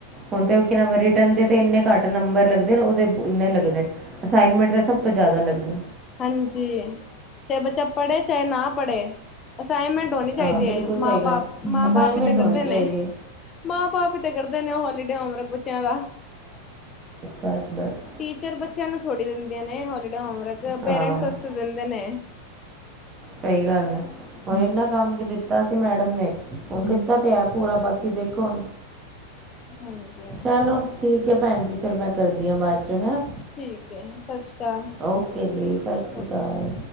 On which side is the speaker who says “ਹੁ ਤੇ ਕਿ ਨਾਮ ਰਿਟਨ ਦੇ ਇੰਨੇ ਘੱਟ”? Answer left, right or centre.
Right